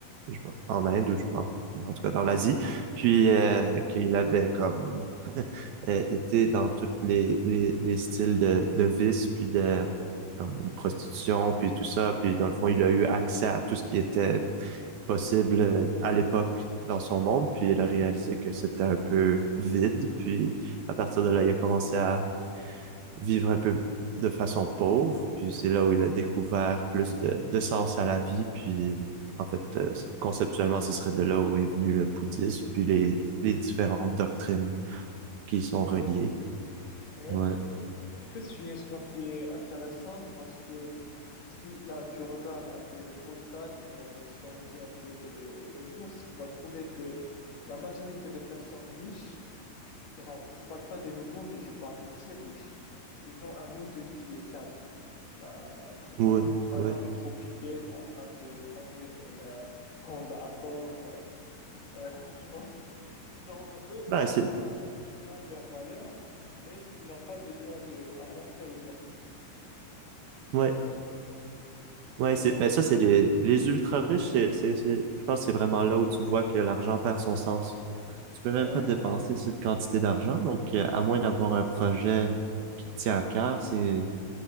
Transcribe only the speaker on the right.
je, sais pas, en Inde ou je, en, en tout cas dans
l'Asie, puis euh, qu'il avait comme <laughs> euh, été dans tous les, les, les styles de, de vice, puis de comme prostitution, puis tout ça, puis dans le fond, il a eu accès à tout ce qui était possible euh, à l'époque dans son monde, puis il a réalisé que c'était un peu vide, puis à partir de là, il a commencé à vivre un peu de façon pauvre, puis c'est là où il a découvert plus de, de sens à la vie, puis en fait, euh, conceptuellement, ce serait de là où est venu le bouddhisme, puis les, les différentes doctrines qui y sont reliées.
Ouais,
ouais,
ouais.
Ben,
c'est,
ouais. Ouais,
c'est, ben
ça, c'est les, les ultra riches, c'est, c'est, c'est, je pense que c'est vraiment là où tu vois que l'argent perd son sens. Tu peux même
pas dépenser cette quantité d'argent. Donc, euh, à moins d'avoir un projet qui te tient à cœur, c'est,